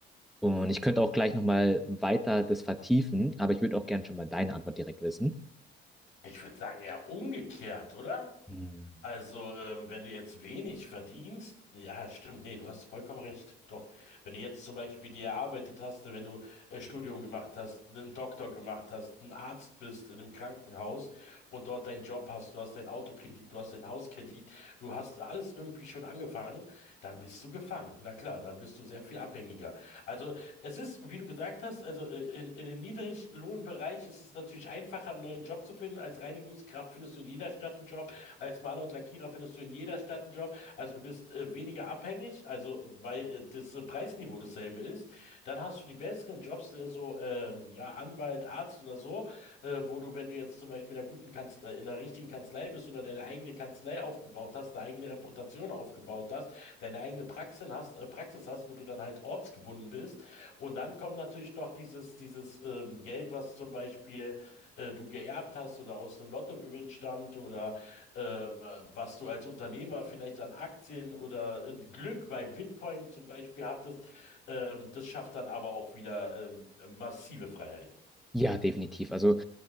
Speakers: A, in the centre; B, on the left (about 70°).
A: Und ich könnte auch gleich nochmal weiter das vertiefen, aber ich würde auch gerne schon mal deine Antwort direkt wissen.
B: Ich würde sagen, eher umgekehrt, oder?
A: Hm.
B: Also, ähm, wenn du jetzt wenig verdienst, ja, stimmt, nee, du hast vollkommen recht. Doch, wenn du jetzt zum Beispiel dir erarbeitet hast, wenn du äh, Studium gemacht hast, einen Doktor gemacht hast, ein Arzt bist in einem Krankenhaus und dort deinen Job hast, du hast deinen Autokredit, du hast deinen Hauskredit, du hast alles irgendwie schon angefangen, dann bist du gefangen. Na klar, dann bist du sehr viel abhängiger. Also es ist, wie du gesagt hast, also äh, in, in dem Niedriglohnbereich ist es natürlich einfacher, einen neuen Job zu finden. Als Reinigungskraft findest du in jeder Stadt einen Job, als Maler und Lackierer findest du in jeder Stadt einen Job. Also du bist äh, weniger abhängig, nicht, also weil äh, das äh, Preisniveau dasselbe ist, dann hast du die besseren Jobs, äh, so ähm, ja, Anwalt, Arzt oder so, äh, wo du, wenn du jetzt zum Beispiel in einer guten Kanzlei, in einer richtigen Kanzlei bist oder deine eigene Kanzlei aufgebaut hast, deine eigene Reputation aufgebaut hast, deine eigene Praxis hast, äh, Praxis hast, wo du dann halt ortsgebunden bist. Und dann kommt natürlich noch dieses, dieses ähm, Geld, was zum Beispiel äh, du geerbt hast oder aus einem Lottogewinn stammt oder ähm, äh, was du als Unternehmer vielleicht an Aktien oder äh, Glück bei Bitcoin zum Beispiel hattest, ähm, das schafft dann aber auch wieder ähm, massive Freiheiten.
A: Ja, definitiv. Also